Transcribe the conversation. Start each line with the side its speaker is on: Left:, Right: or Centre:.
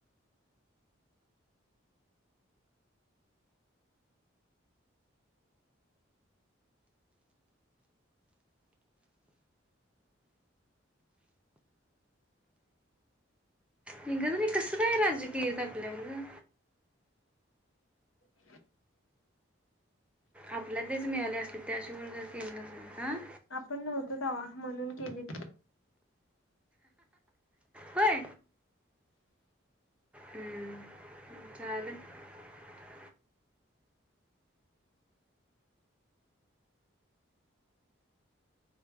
Centre: इंग्रजांनी नाही कसं काय राज्य केल्यात आपल्यावर ओ?
Left: <inaudible>
Centre: आपल्या दे मिळाले अस त्याशिवाय तर केलं नसणार.
Left: आपण नव्हतो तवा म्हणून केलीत.
Centre: होय हम्म. <unintelligible>